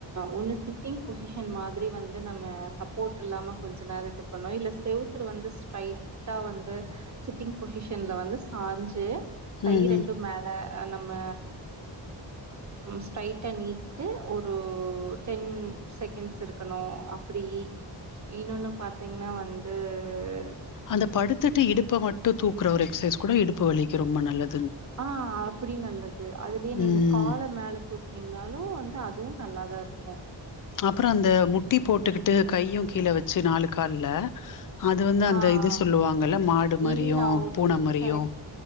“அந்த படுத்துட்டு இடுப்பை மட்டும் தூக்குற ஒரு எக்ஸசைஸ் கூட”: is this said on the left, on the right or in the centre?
Left